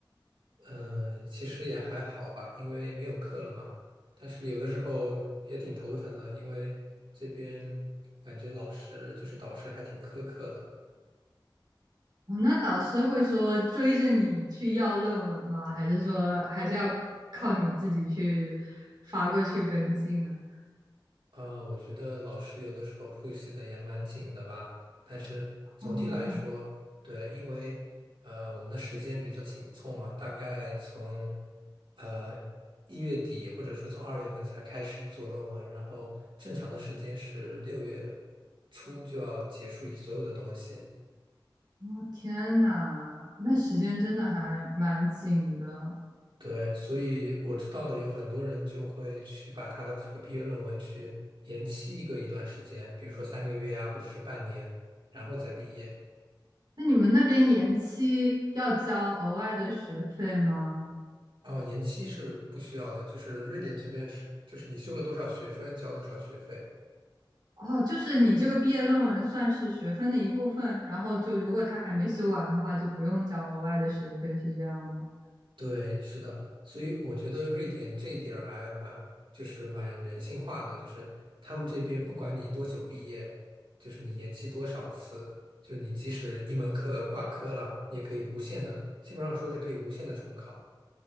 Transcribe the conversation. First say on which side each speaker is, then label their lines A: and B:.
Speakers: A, on the right; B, on the right.
A: 呃，其实也还好吧，因为没有课了嘛。但是有的时候也挺头疼的，因为这边感觉老师就是导师还挺苛刻的。
B: 哦，那导师会说追着你去要论文吗？还是说还是要靠你自己去发过去跟进啊？
A: 呃，我觉得老师有的时候 push 的也蛮紧的吧，但是总体来说，
B: 哦，
A: 对，因为呃我们的时间比较紧凑嘛，大概从呃一月底或者说从二月份才开始做论文，然后正常的时间是六月初就要结束所有的东西。
B: 哦，天呐，那时间真的还蛮紧的。
A: 对，所以我知道的有很多人就会去把他的这个毕业论文去延期一个一段时间，比如说三个月啊，或者是半年，然后再毕业。
B: 那你们那边延期要交额外的学费吗？
A: 哦，延期是不需要的，就是瑞典这边是，就是你修了多少学分，交多少学费。
B: 哦，就是你这个毕业论文算是学分的一部分，然后就如果他还没修完的话，就不用交额外的学费，是这样吗？
A: 对，是的，所以我觉得瑞典这一点儿还蛮，就是蛮人性化的，就是他们这边不管你多久毕业，就是你延期多少次，就是你即使一门课挂科了，你也可以无限的，基本上说是可以无限的重考，